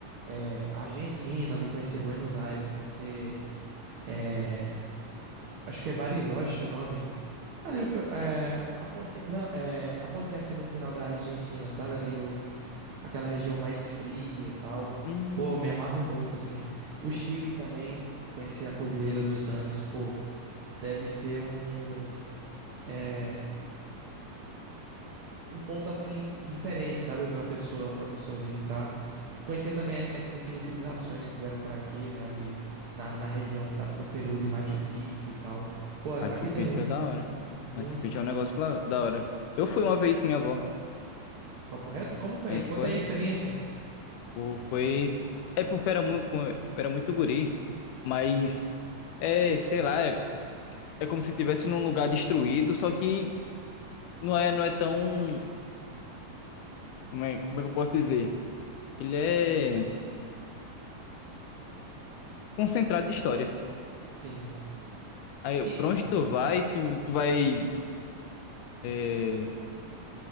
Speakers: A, on the right (about 80°); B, on the left (about 80°).
A: É... Argentina, ali conhecer Buenos Aires, conhecer eh, Acho que é Bariloche o nome. Ali o, pe- é, a pontinha, não, é a pontinha assim do final da Argentina, sabe? Ali o, aquela região mais fria, e tal.
B: hum.
A: Pô, me amarro muito assim. O Chile também, conhecer a Cordilheira dos Andes, pô, deve ser um é, um ponto assim diferente, sabe, para pessoa, para pessoa visitar. Conhecer também a- as antigas civilizações que tiveram por aqui, né, ali na, na região da- do Peru, de Machu Picchu e tal. Pô, aqui
B: Machu
A: tem
B: Picchu
A: muito,
B: é da hora.
A: muito,
B: Machu Picchu
A: muito.
B: é um negócio lá, da hora. Eu fui uma vez com minha avó.
A: Papo reto? Como foi?
B: Aí
A: Conta
B: foi,
A: aí a experiência.
B: pô, foi. É porque eu era muito, era muito guri. Mas, é, sei lá, é, é como se estivesse num lugar destruído, só que não é, não é tão. Como é, como é que eu posso dizer? Ele é concentrado de histórias.
A: Sim.
B: Aí,
A: E
B: pra onde tu vai, tu, tu vai é,